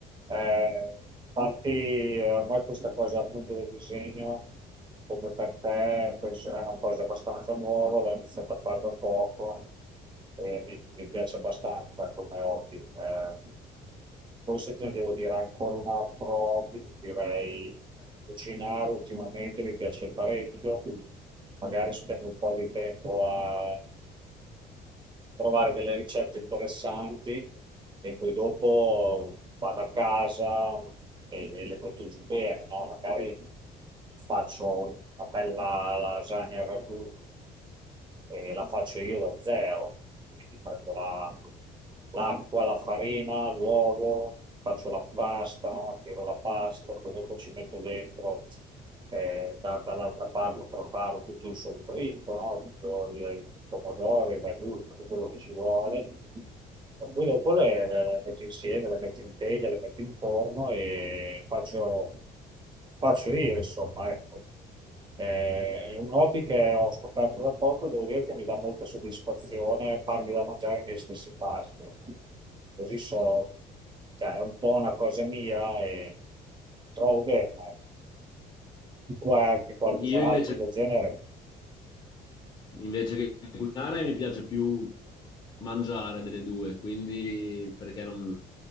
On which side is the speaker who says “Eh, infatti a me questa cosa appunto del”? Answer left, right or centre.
Right